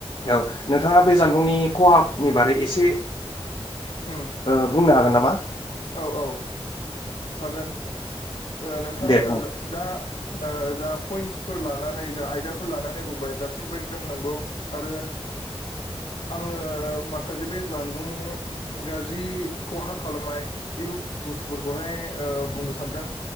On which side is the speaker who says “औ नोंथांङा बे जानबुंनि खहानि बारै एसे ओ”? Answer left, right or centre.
Left